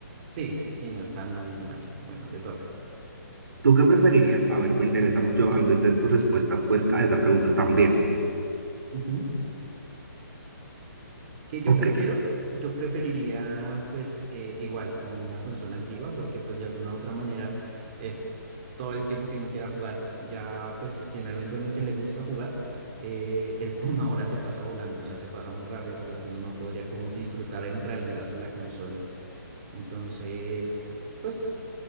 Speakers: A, on the right (about 35°); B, on the right (about 70°).
A: Sí, sí, no es tan abismal. Bueno, te toca.
B: ¿Tú qué preferirías? A ver, me interesa mucho antes de tu respuesta, pues, a esa pregunta también.
A: Ujú. ¿Qué yo
B: Ok,
A: prefiero? Yo preferiría pues eh, igual como una consola antigua porque pues de alguna u otra manera es todo el tiempo que uno quiera jugar. Ya pues generalmente uno que le gusta jugar, eh, el- <laughs> una hora se pasa volando, o sea, se pasa muy rápido por lo que uno no podría como disfrutar en realidad la consola. Entonces, pues